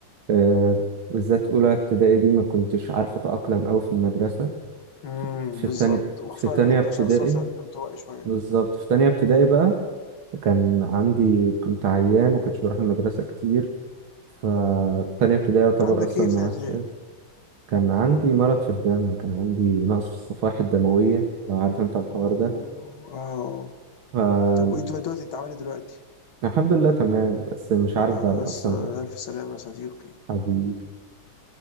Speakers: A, on the right (about 85°); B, on the left (about 80°).
A: آه، بالذات أولى ابتدائي دي ما كنتش عارف أتأقلم أوي في المدرسة
B: امم
A: في في
B: بالظبط
A: تاني
B: وخصوصا
A: في تانية
B: ان انت
A: ابتدائي
B: شخص مثلا انطوائي شويه
A: بالظبط في تانية ابتدائي بقى كان عندي كنت عيان وكنتش بروح المدرسة كتير فتانية ابتدائي يعتبر
B: كان عندك
A: أصلا
B: ايه في
A: ما
B: سنه
A: عادش
B: ابتدائي
A: كان عندي مرض في الدم كان عندي نقص في الصفائح الدموية لو عارف أنت الحوار
B: اوه اه
A: ده
B: طب وايه دلوقتي دلوقتي انت عامل ايه دلوقتي
A: الحمد لله تمام بس مش عارف
B: آه
A: بقى أنا
B: س-
A: أصلا
B: الف سلامه يا صديقي
A: حبيبي